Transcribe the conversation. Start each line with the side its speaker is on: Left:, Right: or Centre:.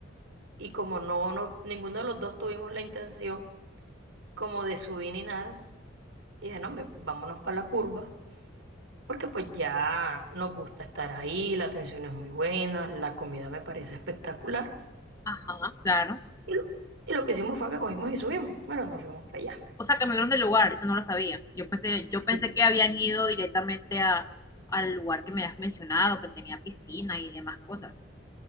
Right: y como no, no, ninguno de los dos tuvimos la intención como de subir ni nada, y dije, no, hombre, vámonos para la curva, porque pues ya nos gusta estar ahí, la atención es muy buena, la comida me parece espectacular.
Left: Ajá, claro.
Right: Y lo, y lo que hicimos fue que cogimos y subimos. Bueno, nos fuimos para allá.
Left: O sea, cambiaron de lugar, eso no lo sabía. Yo pensé, yo
Right: Sí.
Left: pensé que habían ido directamente a, al lugar que me has mencionado, que tenía piscina y demás cosas.